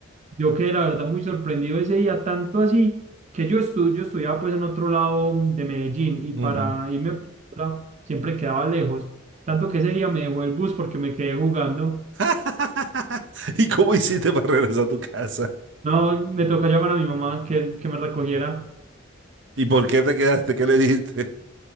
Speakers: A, on the right; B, on the right.
A: Yo quedé la verdad muy sorprendido ese día, tanto así que yo, estu yo estudiaba pues en otro lado de Medellín y
B: Ujú.
A: para irme a Piura siempre quedaba lejos, tanto que ese día me dejó el bus porque me quedé jugando.
B: <laughs> ¿Y cómo hiciste para regresar a tu casa?
A: No, me tocó llamar a mi mamá que, que me recogiera.
B: ¿Y por qué te quedaste? ¿Qué le dijiste?